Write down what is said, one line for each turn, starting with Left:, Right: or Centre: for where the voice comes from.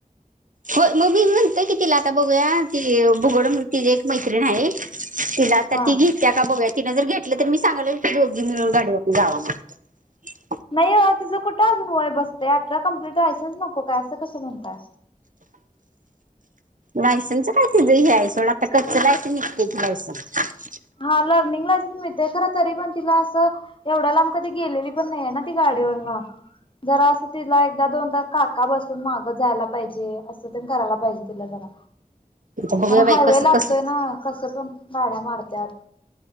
Right: हो मग मी म्हणतेय की तिला आता बघूया ती भुगड तिझी एक मैत्रिण आहे. तिला तर
Left: हा
Right: ती घेत्या का बघुयात. तिन जर घेतलं तर मी सांगालोय दोघी मिळून गाडीवरून जावा म्हणून
Left: नाही ओ तिझं कुठं. वय बसतंय आठरा कंप्लीट लायन्स नको काय असं कसं म्हणताय.
Right: लायसनच काय ती लय आहे सोडा आता कच्च लायसन निघते की लायसनस
Left: हा लर्निंग लायसन्स मिळतयं खरं तरी पण तिला असं. एवढ्या लांब कधी गेलेली पण नाहीे ना ती गाडीवर जरा असं तिला एकदा दोनदा काका बसून माग जायला पाहिजे असं करायला पाहिजे तिला जरा.
Right: आता बघूया
Left: अन
Right: बाई
Left: हायवे
Right: कसं
Left: लागतोय
Right: कसं
Left: ना कसं पण गाड्या मारत्यात.